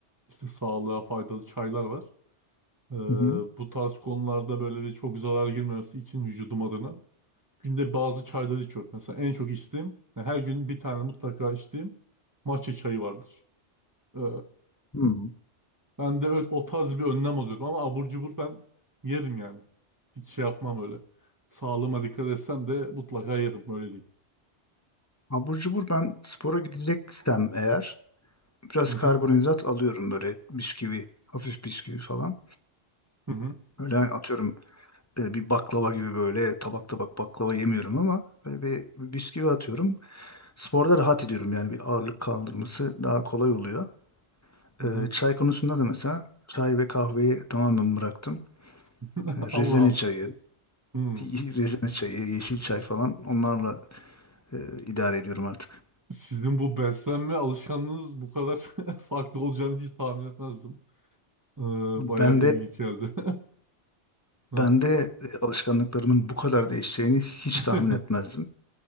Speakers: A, on the right; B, on the left.
A: işte sağlığa faydalı çaylar var. Ee,
B: hı hı,
A: bu tarz konularda böyle bir çok zarar girmemesi için vücudum adına günde bazı çayları içiyorum. Mesela en çok içtiğim, yani her gün bir tane mutlaka içtiğim matcha çayı vardır. Ee,
B: hı.
A: ben de öyle, o tarz bir önlem alıyorum ama abur cubur ben yerim yani. Hiç şey yapmam öyle. Sağlığıma dikkat etsem de mutlaka yerim öyle diyeyim.
B: Abur cubur ben spora gideceksem eğer biraz
A: Hı
B: karbonhidrat
A: hı
B: alıyorum böyle bisküvi, hafif bisküvi falan.
A: hı hı.
B: Böyle hani atıyorum e, bir baklava gibi böyle tabak tabak baklava yemiyorum ama böyle bir bisküvi atıyorum. Sporda rahat ediyorum yani bir ağırlık kaldırması daha kolay oluyor.
A: hı hı.
B: Ee, çay konusunda da mesela çay ve kahveyi tamamen bıraktım.
A: <laughs>
B: Ee,
A: Allah
B: Rezene
A: Allah.
B: çayı, <laughs>
A: Hmm.
B: rezene çayı, yeşil çay falan onlarla e, idare ediyorum artık.
A: Sizin bu beslenme alışkanlığınız bu kadar <laughs> farklı olacağını hiç tahmin etmezdim. Ee,
B: Ben
A: bayağı ilginç
B: de
A: geldi. <laughs> Hı.
B: ben de e, alışkanlıklarımın bu kadar değişeceğini hiç
A: <laughs>
B: tahmin etmezdim.